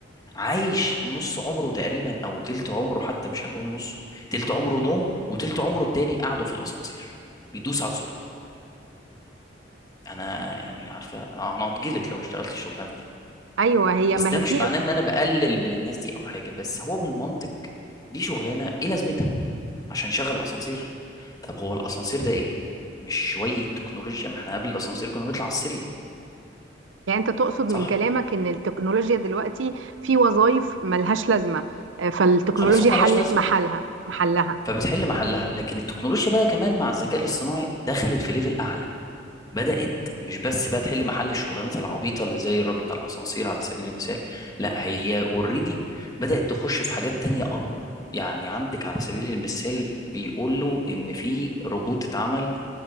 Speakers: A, on the left (about 20°); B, on the right (about 80°).
A: عايش نص عمره تقريبا او تلت عمره حتى مش هنقول نصه تلت عمره نوم وتلت عمره التاني قعده في الاسانسير بيدوس على الزرار انا يعني عارفه انا أنا هتجلط لو اشتغلت الشغلانه دي
B: ايوه هي
A: بس
B: ما
A: ده
B: هي
A: مش
B: في
A: معناه ان انا بقلل من الناس دي او حاجه بس هو بالمنطق دي شغلانه ايه لازمتها عشان يشغل الاسانسير طب هو الاسانسير ده ايه مش شويه تكنولوجيا ما احنا قبل الاسانسير كنا بنطلع على السلم
B: يعني انت تقصد
A: صح
B: من كلامك ان التكنولوجيا دلوقتي في وظائف ملهاش لازمه آه، فالتكنولوجيا
A: خلاص هو
B: حلت
A: ملهاش لازمه
B: محلها محلها
A: فبتحل محلها لكن التكنولوجيا بقى كمان مع الذكاء الاصطناعي دخلت في ليفل اعلى بدأت مش بس بقى تحل محل الشغلانات العبيطة اللي زي الراجل بتاع الأسانسير على سبيل المثال لا هي اوريدي بدأت تخش في حاجات تانية أكبر يعني عندك على سبيل المثال بيقول له إن في روبوت اتعمل